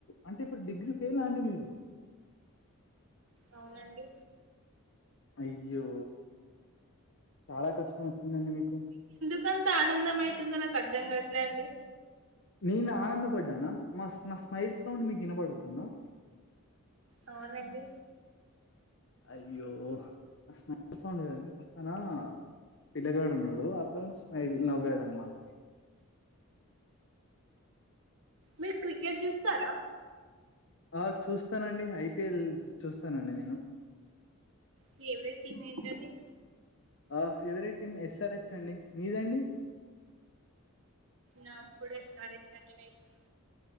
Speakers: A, on the left; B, on the right.
A: అంటే ఇప్పుడు డిగ్రీ ఫెయిల్ అండి మీరు
B: అవునండి
A: అయ్యో చాలా కష్టం వచ్చిందండి మీకు
B: ఇకంత ఆనందం అయితుందో నాకు అర్థం కాట్లే అండి
A: నేను ఆనందపడ్డానా మా నా స్మైల్ సౌండ్ మీకు వినబడుతుంద
B: అవునండి
A: అయ్యో అది స్మైల్ సౌండ్ కాదు అండి పక్కన పిల్లగాడు ఉన్నాడు అతను స్మైల్ నవ్వాడ అన్నమాట
B: మీరు క్రికెట్ చూస్తారా
A: ఆ చూస్తానండి ఐపిఎల్ చూస్తానండి నేను
B: ఫేవరెట్ టీమ్ ఏంటండి
A: ఆ ఫేవరెట్ టీమ్ ఎస్ఆరహెచ్ అండి మీదండి
B: నాక్కూడా ఎస్ ఆర్ హెచ్ అంటేనే ఇష్టం